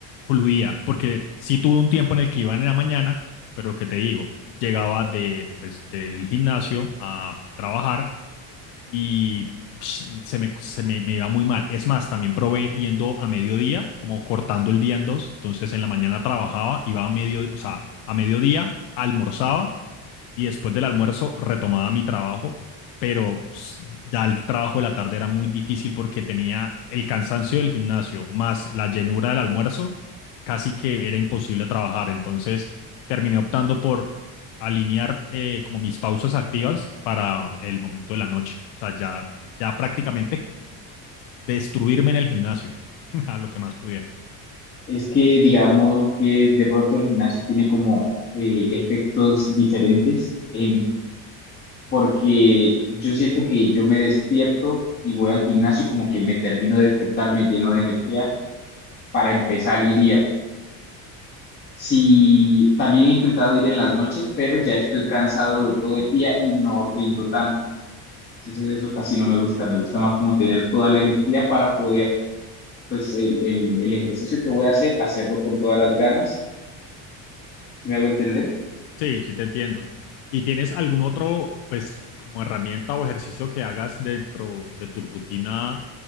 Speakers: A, on the left; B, on the left.
A: fluía, porque sí tuve un tiempo en el que iba en la mañana, pero lo que te digo, llegaba de, pues, del gimnasio a trabajar y psh, se me, se me, me iba muy mal. Es más, también probé yendo a mediodía, como cortando el día en dos. Entonces en la mañana trabajaba, iba a mediodía, o sea, a mediodía, almorzaba y después del almuerzo retomaba mi trabajo, pero s- ya el trabajo de la tarde era muy difícil porque tenía el cansancio del gimnasio más la llenura del almuerzo, casi que era imposible trabajar. Entonces terminé optando por alinear eh, como mis pausas activas para el momento de la noche. O sea, ya, ya prácticamente destruirme en el gimnasio <laughs> a lo que más pudiera.
B: Es que digamos que de pronto el gimnasio tiene como eh, efectos diferentes, en- porque yo siento que yo me despierto y voy al gimnasio y como que me termino de despertar, me lleno de energía para empezar el día. Sí, también he intentado ir en las noches, pero ya estoy cansado de todo el día y no rindo tanto. Entonces eso casi no me gusta, me gusta más como tener toda la energía para poder, pues el, el el ejercicio que voy a hacer, hacerlo con todas las ganas, si me hago entender.
A: Sí, sí te entiendo. ¿Y tienes algún otro, pues, como herramienta o ejercicio que hagas dentro de tu rutina